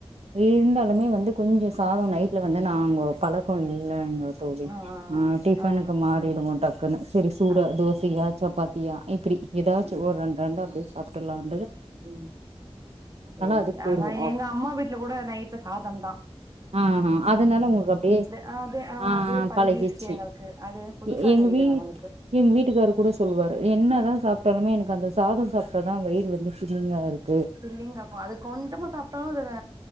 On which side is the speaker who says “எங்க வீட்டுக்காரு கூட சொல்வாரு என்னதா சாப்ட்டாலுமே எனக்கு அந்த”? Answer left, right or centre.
Right